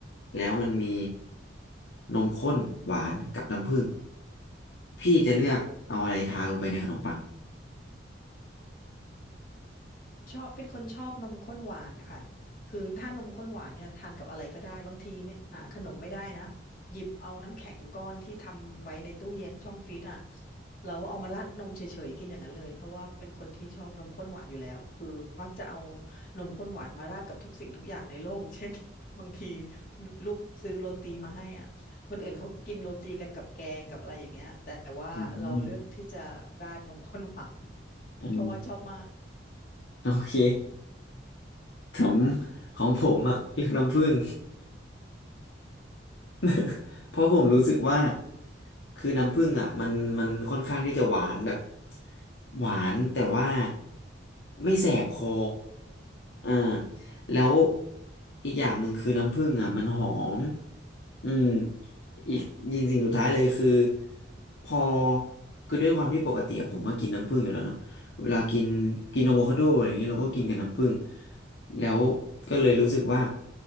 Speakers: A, on the left (about 70°); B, on the left (about 45°).
A: แล้วมันมีนมข้นหวานกับน้ำผึ้งพี่จะเลือกเอาอะไรทาลงไปในขนมปัง
B: ชอบเป็นคนชอบนมข้นหวานนะคะคือถ้านมข้นหวานเนี่ยทานกับอะไรก็ได้บางทีไม่หาขนมไม่ได้นะหยิบเอาน้ำแข็งก้อนที่ทำไว้ในตู้เย็นช่องฟรีซอ่ะแล้วเอามาราดนมเฉยๆกินอย่างนั้นเลยเพราะว่าเป็นคนที่ชอบนมข้นหวานอยู่แล้วคือมักจะเอานมข้นหวานมาราดกับทุกสิ่งทุกอย่างในโลก <laughs> เช่นบางทีลูกซื้อโรตีมาให้อ่ะคนอื่นเขากินโรตีกันกับแกงกับอะไรอย่างเงี้ยแต่ว่าเราเลือกที่จะราดนมข้นหวาน
A: อืมอืม
B: เพราะว่าชอบมาก
A: โอเค <laughs> ผมของผมอ่ะเลือกน้ำผึ้ง <laughs> เพราะผมรู้สึกว่าคือน้ำผึ้งอ่ะมันมันค่อนข้างที่จะหวานแบบหวานแต่ว่าไม่แสบคออ่าแล้วอีกอย่างหนึ่งคือน้ำผึ้งอ่ะมันหอมอืมอีกยิงสิ่งสุดท้ายเลยคือพอคือด้วยความที่ปกติอะผมก็กินน้ำผึ้งอยู่แล้วเนาะเวลากินกินอะโวคาโดอะไรอย่างเงี้ยเราก็กินกับน้ำผึ้ง แล้วก็เลยรู้สึกว่า